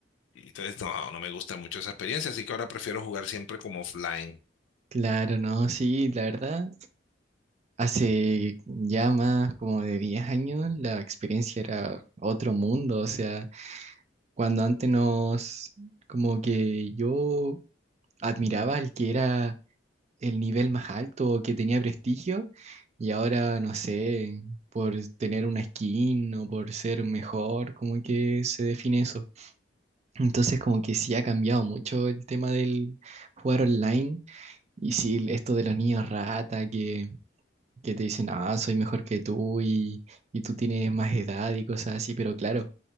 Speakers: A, on the left; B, on the right.
A: y entonces, no, no me gusta mucho esa experiencia, así que ahora prefiero jugar siempre como offline.
B: Claro, no, sí, la verdad, hace ya más como de 10 años la experiencia era otro mundo, o sea, cuando antes nos, como que yo admiraba al que era el nivel más alto, o que tenía prestigio, y ahora, no sé, por tener una skin o por ser mejor, como que se define eso. Entonces, como que sí ha cambiado mucho el tema del jugar online, y sí, esto de los niños rata, que, que te dicen, ah, soy mejor que tú y, y tú tienes más edad y cosas así, pero claro.